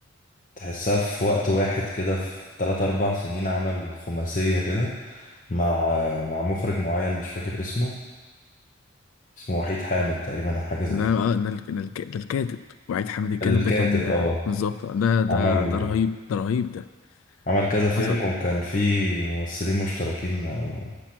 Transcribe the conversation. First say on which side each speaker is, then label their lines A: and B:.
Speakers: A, on the left; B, on the left.
A: تحسها في وقت واحد كده في 3 4 سنين عمل خماسية كده مع مع مخرج معين مش فاكر اسمه اسمه وحيد حامد تقريبا أو حاجة زي
B: ده
A: كده
B: آه، ده الك- ده الك- ده الكاتب وعيد حامد الكاتب
A: الكاتب
B: ده كان آه،
A: اه
B: بالظبط آه، ده ده
A: عمل
B: ده رهيب ده رهيب ده
A: عمل كذا فيلم
B: حصل
A: وكان في ممثلين مشتركين آه،